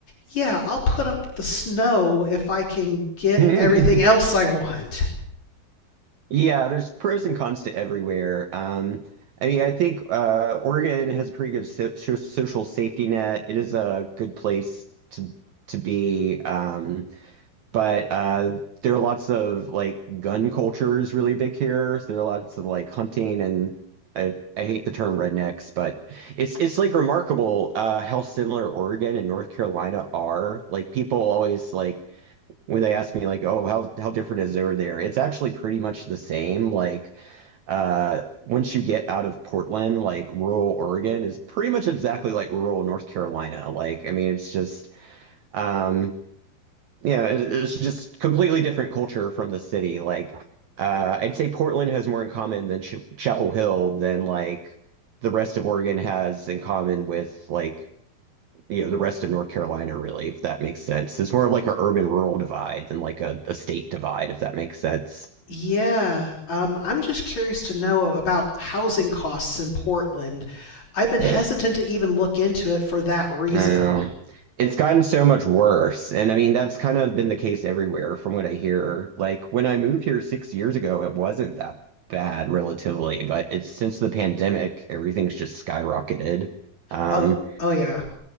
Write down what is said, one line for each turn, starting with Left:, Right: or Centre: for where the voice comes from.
Left: yeah, I'll put up with the snow if I can get
Right: <laughs>
Left: everything else I want.
Right: Yeah, there's pros and cons to everywhere. Um, I mean, I think uh, Oregon has a pretty good so so- social safety net. It is a good place to to be, um, but uh, there are lots of like gun culture is really big here. So there are lots of like hunting and I, I hate the term rednecks, but it's it's like remarkable uh, how similar Oregon and North Carolina are. Like people always like when they ask me like, oh, how how different is over there? It's actually pretty much the same. Like, uh, once you get out of Portland, like rural Oregon is pretty much exactly like rural North Carolina. Like, I mean, it's just, um, yeah, it, it's just completely different culture from the city. Like, uh, I'd say Portland has more in common than Ch Chapel Hill than like the rest of Oregon has in common with like you know the rest of North Carolina, really, if that makes sense. It's more of like an urban-rural divide than like a, a state divide, if that makes sense.
Left: Yeah, um, I'm just curious to know about housing costs in Portland. I've been
Right: Yeah,
Left: hesitant to even look into it for that reason.
Right: I don't know. It's gotten so much worse, and I mean that's kind of been the case everywhere, from what I hear. Like when I moved here six years ago, it wasn't that bad relatively, but it's since the pandemic, everything's just skyrocketed. Um,
Left: Oh, oh yeah.